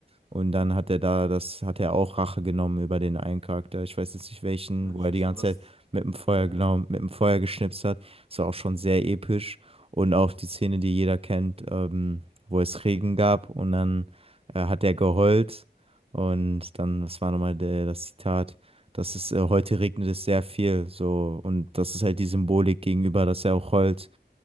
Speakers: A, on the right; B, on the left.
A: Und dann hat er da, das hat er auch Rache genommen über den einen Charakter. Ich weiß jetzt nicht welchen,
B: na,
A: wo
B: ich
A: er die
B: so
A: ganze
B: last.
A: Zeit mit dem Feuer,
B: Ja,
A: genau,
B: ja.
A: mit dem Feuer geschnipst hat. Das war auch schon sehr episch. Und auch die Szene, die jeder kennt, ähm, wo es Regen gab und dann äh, hat er geheult. Und dann, das war nochmal der, das Zitat, das ist, äh, heute regnet es sehr viel, so. Und das ist halt die Symbolik gegenüber, dass er auch heult